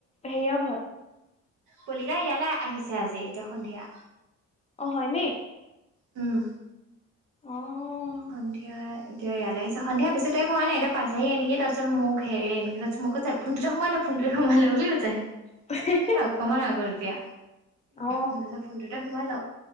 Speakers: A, on the left; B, on the right.
A: হেৰিৰ ঘৰত।
B: পলিকা ইয়ালৈ আহিছে আজি এতিয়া সন্ধিয়া।
A: অ হয়নি।
B: উম।
A: অ অ
B: সন্ধিয়া এতিয়া ইয়ালৈ আহিছে। সন্ধিয়া বেছি টাইম হোৱা নাই এতিয়া পাইছেহে নেকি, তাৰ পিছত মোক হেৰি এনেকৈ মোক কৈছে ফোনটোতে সোমাই ল ফোনটোতে সোমাই ল বুলি কৈছে।
A: <unintelligible>
B: অকণমান আগত এতিয়া।
A: অ
B: মোক কৈছে ফোনটোতে সোমাই ল।